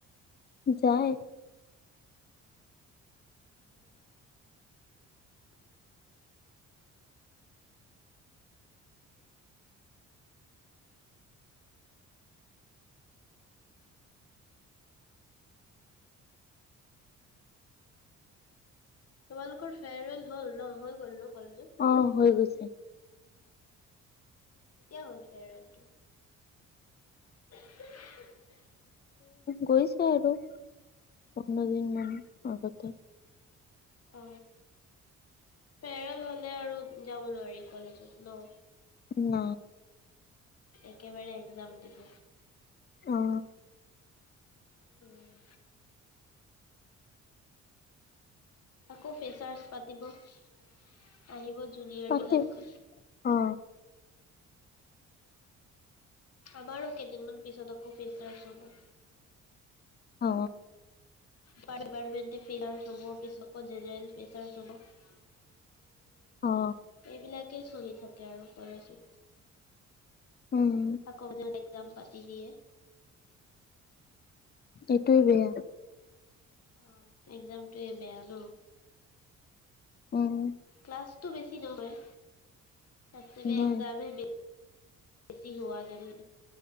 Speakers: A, on the left (about 35°); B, on the left (about 55°).
A: যায়
B: উম তোমালোকৰ ফেয়াৰৱেল হ'ল ন হৈ গ'ল ন কলেজত?
A: অ হৈ গৈছে
B: কেতিয়া হ'ল ফিয়াৰৰেল টো ় <inaudible>
A: গৈছে আৰু পোন্ধ দিন মান আগতে
B: অ পেৰেল হলে আৰু যাব নোৱাৰি কলেজত ন
A: ন
B: একেবাৰে এক্সাম দিব
A: অ
B: উম আকৌ ফেচাৰচ পাতিব আহিব জুৰিয়ৰবিলাক
A: তাতে অ
B: আমাৰো কেইদিনমান পিছত আকৌ ফেচ এছ হব
A: অ
B: তাত দিপাৰতমেন্তে ফেয়াৰচ হব পিছত আকৌ জেনেৰেল ফেচাচ্ছ হব
A: অ
B: এইবিলাক একে চলি থাকে আৰু কলেজত
A: উম
B: আকৌ যদি এজাম্প পাতি দিয়ে
A: সেইটো বেয়া
B: অ এক্জামটোৱে বেয়া ন
A: উম
B: ক্লাছটো বেছি নহয় চবচে
A: নাই
B: এক্জামটোৱে বেয়া ছি হোৱা যেন